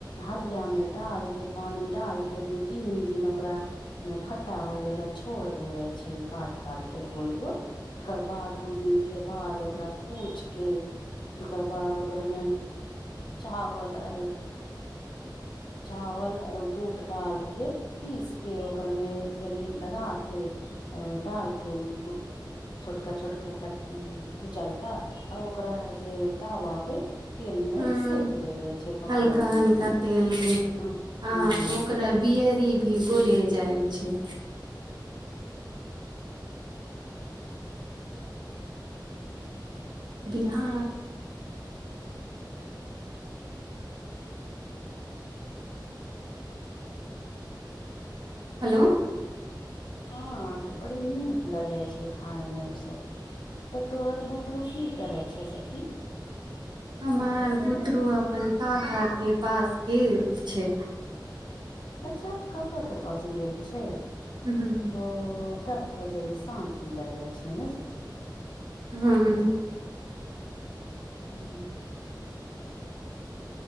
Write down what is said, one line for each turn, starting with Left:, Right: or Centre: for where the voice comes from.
Left: हड़िया मे डाल के पानी डालके दू तीन दिन ओकरा खट्टा होवे ले छोर देवे छै काट काट के गोल गोल ओकर बाद दू दिन के बाद ओकरा कुच के ओकर बाद ओकर मे चावल आर चावल आर बूट दाल के पीस के ओकर मे जड़ लगा के अ डालके छोटका छोटका क कुचल क आ ओकरा है जे तावा पे तिलमे
Right: ह
Left: सेेक देबै छैे पकौड़ी
Right: हल्का हल्का
Left: जैसन
Right: तेल मे
Left: हँ
Right: ह
Left: हँ
Right: तऽ ओकरा
Left: बड़ी
Right: बयरी भी बोले जाइ छै रिहा हेलो
Left: हँ तऽ बड़ी नीक लगे छै खााय मे उ सब तऽ तोहर बु तुरु कि करै छै सखी
Right: हमार बुतरू अपन काका के पास गेल छै
Left: अच्छा काका के पास गेल छै
Right: हू हूँ
Left: ओ तब तो जड़ी शान्ति लगे छै ने सखी
Right: हँ
Left: हूँ